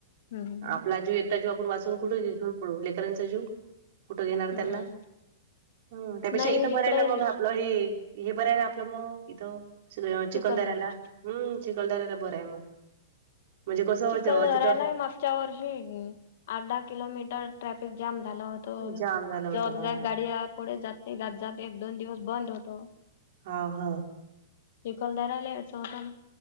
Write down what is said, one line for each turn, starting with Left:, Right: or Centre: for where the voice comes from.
Left: हमम
Right: आपला जीव एकटा जीव आपण वाचून कुठे घेण पडू लेकरांचा जीव कुठं घेणार
Left: हम्म
Right: त्यांना हम् त्यापेक्षा
Left: नाही
Right: इथं
Left: तिकडे
Right: बरय ना मग आपलं हे हे बरं आहे ना आपलं मग इथं चिखलदऱ्याला
Left: चिखलदरा
Right: हम्म चिखलदऱ्याला बरं आहे मग म्हणजे कसं होतं
Left: चिखल
Right: तिथं
Left: रायला आहे मागच्या वर्षी आठ दहा किलोमीटर ट्रॅफिक जाम झालं होत
Right: जाम झालं होतं
Left: जरद
Right: हा
Left: गाडया पुढे जात नाही जात जात एक दोन दिवस बंद होतो
Right: हा हा
Left: ज कलदारा च होता ना